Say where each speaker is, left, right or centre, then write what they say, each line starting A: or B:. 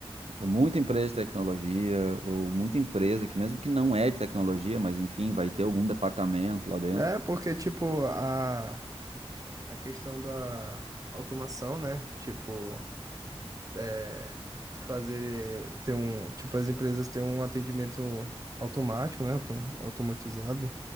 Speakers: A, on the right (about 85°); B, on the right (about 35°).
A: Muita empresa de tecnologia, ou muita empresa que mesmo que não é de tecnologia, mas enfim, vai ter algum departamento lá dentro.
B: É, porque, tipo, a, a questão da automação, né? Tipo. é, fazer ter um tipo as empresas têm um atendimento automático, né, auto- automatizado,